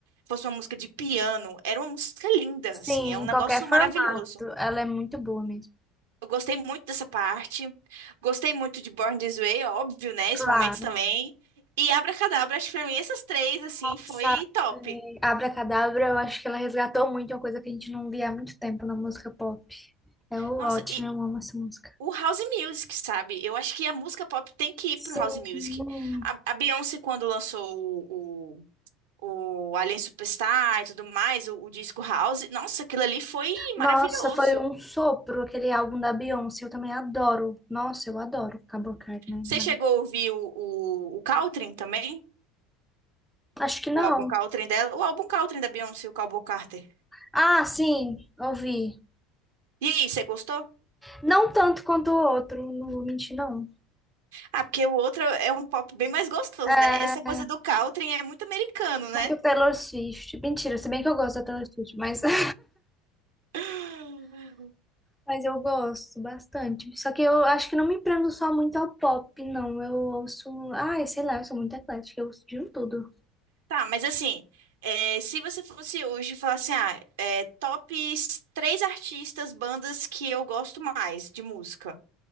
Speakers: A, on the right; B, in the centre.
A: fosse uma música de piano, era uma música linda,
B: sim,
A: assim, é um
B: em
A: negócio
B: qualquer formato,
A: maravilhoso.
B: ela é muito boa mesmo.
A: Eu gostei muito dessa parte. Gostei muito de Born This Way, óbvio, né?
B: Claro.
A: Esse momento também. E Abracadabra, acho que pra mim essas três, assim, foi
B: Sabe,
A: top.
B: Abracadabra, eu acho que ela resgatou muito uma coisa que a gente não via há muito tempo na música pop. É ótimo,
A: Nossa, e
B: eu amo essa música.
A: o house music, sabe? Eu acho que a música pop tem que ir
B: Sim.
A: pro house music. A, a Beyoncé, quando lançou o, o, o Alien Superstar e tudo mais, o, o disco house, nossa, aquilo ali foi
B: Nossa,
A: maravilhoso.
B: foi um sopro aquele álbum da Beyoncé, eu também adoro. Nossa, eu adoro Cabo Card, né?
A: Você
B: Maravilhoso.
A: chegou a ouvir o, o, o Caltrin também?
B: Acho que não.
A: O álbum Caltrin dela? O álbum Caltrin da Beyoncé, o Cowboy Carter.
B: Ah, sim, ouvi.
A: E aí, você gostou?
B: Não tanto quanto o outro, não vou mentir, não.
A: Ah, porque o outro é um pop bem mais gostoso,
B: É,
A: né? Essa coisa do Caltrin é muito americano, né?
B: muito Taylor Swift. Mentira, se bem que eu gosto da Taylor Swift, mas <laughs>
A: <gasps>
B: Mas eu gosto bastante. Só que eu acho que não me prendo só muito ao pop, não. Eu ouço. Ai, sei lá, eu sou muito eclética, eu ouço de um tudo.
A: Tá, mas assim, é, se você fosse hoje falar assim, ah, é, top três artistas, bandas que eu gosto mais de música.